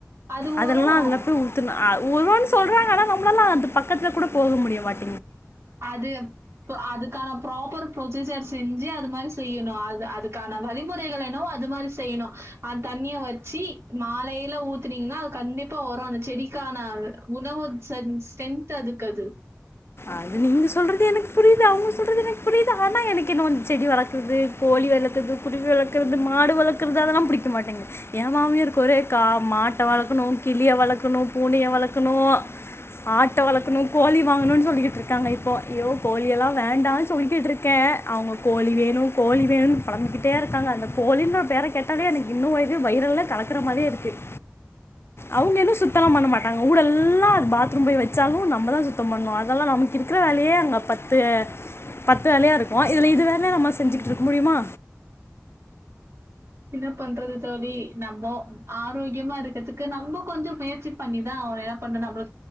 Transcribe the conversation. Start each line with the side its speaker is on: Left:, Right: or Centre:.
Right: அது வரும்.
Left: அதெல்லா அதுல போயி ஊத்துனா ஒரோன்னு சொல்றாங்க ஆனா நம்ளாலலா அது பக்கத்துல கூட போக முடியமாட்
Right: அது ப அதுக்கான புரோபெர் ப்ரொசீஜர்ஸ் செஞ்சு அது மாரி செய்யணு அது அதுக்கான வழி முறைகள் என்னவோ அது மாரி செய்யணு அந்த் தண்ணிய வெச்சு மாலையல ஊத்துனீங்கனா கண்டிப்பா வரும் அந்த செடிக்கான உணவு ஸ்ட்ரென்த் அதுக்கு அது
Left: அது நீங்க சொல்றது எனக்கு புரிது அவங்க சொல்றது எனக்கு புரிது ஆனா எனக்கு இன்னோ வந்து செடி வளர்க்கறது கோழி வளர்க்கறது குருவி வளர்க்கறது மாடு வளர்க்கறது அதெல்லா புடிக்க மாட்டேங்க எ மாமியார்க்கு ஒரே கா மாட்ட வளக்கணு கிளிய வளக்கணு பூனையை வளக்கணு ஆட்ட வளக்குன்னு கோழி வாங்குன்னு சொல்லிக்கிட் தாங்க இப்போ ஐயோ கோழி எல்லா வேண்டான்னு சொல்லிக்கிட்டு இருக்கே அவுங்க கோழி வேணு கோழி வேணுன்னு பளர்ந்துக்கிட்டே இருக்காங்க அந்த கோழின்னு ஒரு பேரை கேட்டாலே எனக்கு இன்னும் இது வைரலாக கலக்கிற மாதிரியி இருக்குது அவங்க எதுவும் சுத்தமா பண்ண மாட்டாங்க ஊடெல்லா அது பாத்ரூம் போயி வச்சாலு நம்மதா சுத்தோ பண்ணும் அதெல்லாம் நமக்கு இருக்கற வேலயே அங்க பத்து பத்து வேலயா இருக்கோ இதுல இது வேலயா நம்ம செஞ்சுகிட்டு இருக்க முடியுமா
Right: என்ன பண்றது தோழி நம்மோ ஆரோக்கியமா இருக்கறதுக்கு நம்போ கொஞ்சோ முயற்சி பண்ணிதா அவுன்னோ எதா பண்டு நம்மள